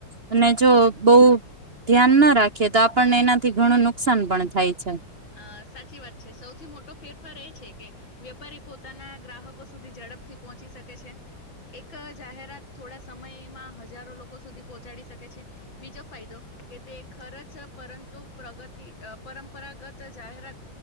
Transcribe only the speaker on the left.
અ સાચી વાત છે સૌથી મોટો ફેરફાર એ છે કે વેપારી પોતાના ગ્રાહકો સુધી ઝડપથી પહોંચી શકે છે એક જાહેરાત થોડા સમયમાં હજારો લોકો સુધી પહોંચાડી શકે છે બીજો ફાયદો કે તે ખરચ પરંતુ પ્રગતિ અ પરમ પરંપરાગત જાહેરાત